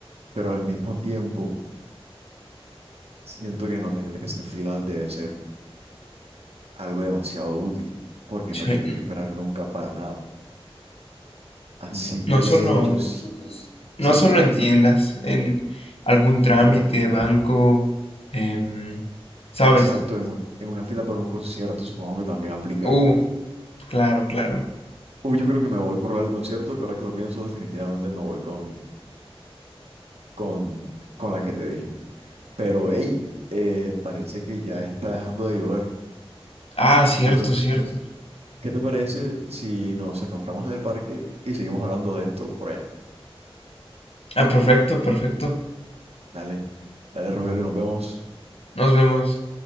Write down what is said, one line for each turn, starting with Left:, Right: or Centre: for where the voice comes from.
Right: pero al mismo tiempo siento que no tener que hacer filas debe ser algo demasiado útil, porque
Left: Sí.
Right: no tendrías que esperar nunca para nada. Así
Left: No
Right: que
Left: solo,
Right: yo sí, sí,
Left: no solo en tiendas, en algún trámite
Right: en todo.
Left: de banco, em, ¿sabes?
Right: Exacto, en, un- en una fila para un concierto supongo que también aplica
Left: Uh, claro, claro.
Right: Uy, yo creo que me voy por lo del concierto, que ahora que lo pienso, definitivamente me voy con, con, con la que te dije. Pero, hey, eh, parece que ya está dejando de llover.
Left: Ah,
Right: Entonces,
Left: cierto, cierto.
Right: ¿qué te parece si nos encontramos en el parque y seguimos hablando de esto por allá?
Left: Ah, perfecto, perfecto.
Right: Dale, dale, Rogelio, nos vemos.
Left: Nos vemos.